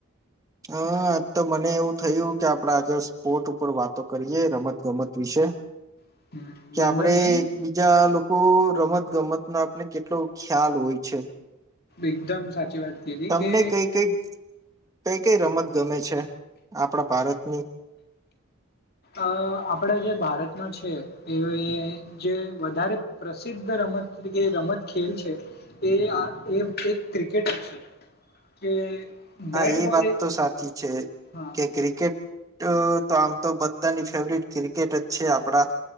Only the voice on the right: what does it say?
હં આજ તો મને એવું થયું કે આપડા આજે સ્પોર્ટ ઉપર વાતો કરીયે રમત ગમત વિશે.
કે
આપડે
એક બીજા લોકો રમત ગમત ના ને કેટલો ખ્યાલ હોય છે.
તમને
કઈ કઈ કઈ કઈ રમત ગમે છે આપડા ભારતની?
હા
એ
વાત તો સાચી છે
કે ક્રિકેટ તો તો આમ તો બ ધાની ફેવરિટ ક્રિકેટ જ છે આપડા